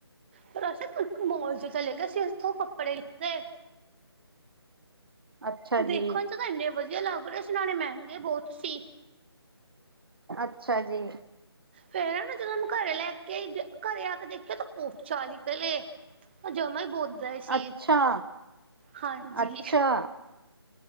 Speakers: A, on the right; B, on the right.
A: ਪਰ ਅਸੀਂ ਮੋਲ ਚ ਚਲੇ ਗਏ ਅਸੀਂ ਓਥੋਂ ਕੱਪੜੇ ਲਿੱਤੇ।
B: ਅੱਛਾ
A: ਦੇਖੋ
B: ਜੀ
A: ਚ ਤਾਂ ਇੰਨੇ ਵਦੀਆ ਲੱਗ ਰਏ ਸੀ ਨਾਲੇ ਮੈਂਗੇ ਬੋਤ ਸੀ।
B: ਅੱਛਾ ਜੀ।
A: ਫੇਰ ਨਾ ਜਦੋਂ ਮੈਂ ਘਰੇ ਲੈ ਕੇ ਆਈ ਘਰੇ ਆ ਕੇ ਦੇਖਿਆ ਤਾਂ ਪੋਚਾ ਨਿਕਲੇ। ਓ ਜਮਾ ਈ ਬੋਦਲਾ ਸੀ
B: ਅੱਛਾ
A: ਹਾਂਜੀ।
B: ਅੱਛਾ